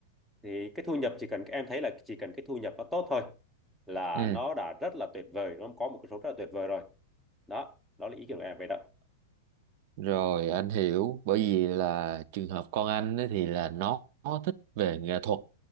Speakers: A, in the centre; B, on the right.
A: thì cái thu nhập chỉ cần em thấy là chỉ cần cái thu nhập nó tốt thôi là
B: ừ
A: nó đã rất là tuyệt vời nó có một cái số rất là tuyệt vời rồi đó đó là ý kiến của em về đó
B: rồi anh hiểu bởi vì là trường hợp con anh ấy thì là nó thích về nghệ thuật